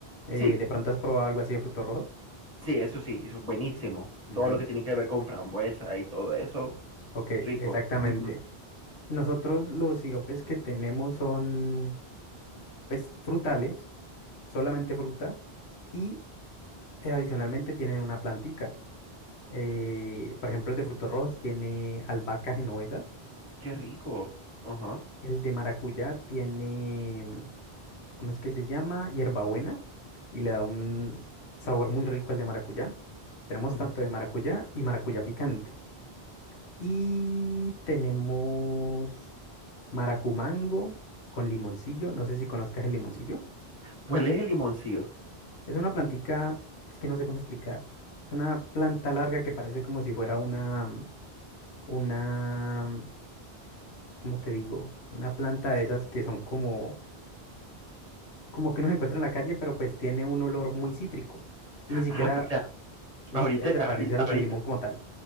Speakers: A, on the left; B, on the right.
A: eh,
B: Sí,
A: de pronto has probado algo así de frutos rojos.
B: Sí, eso sí, es buenísimo.
A: Ujú.
B: Todo lo que tiene que ver con frambuesa y todo eso,
A: Ok,
B: rico.
A: exactamente.
B: Ujú.
A: Nosotros los siropes que tenemos son, pues, frutales, solamente fruta, y eh, adicionalmente tienen una plantica. Eh, por ejemplo, el de frutos rojos tiene albahaca genovesa.
B: Qué rico. Ajá.
A: El de maracuyá tiene, mm, ¿cómo es que se llama? Hierbabuena. Y le da un sabor muy rico al de maracuyá. Tenemos
B: ujú.
A: tanto de maracuyá y maracuyá picante. Y tenemos maracumango con limoncillo. No sé si conozcas el limoncillo.
B: ¿Cuál es el limoncillo?
A: Es una plantica, es que no sé cómo explicar. Es una planta larga que parece como si fuera una, una como te digo, una planta de esas que son como, como que uno se encuentra en la calle, pero pues tiene un olor muy cítrico y ni siquiera,
B: Ah, espera,
A: ni
B: ahorita,
A: siquiera se
B: ahori-
A: parece al,
B: ahorita,
A: al limón como tal.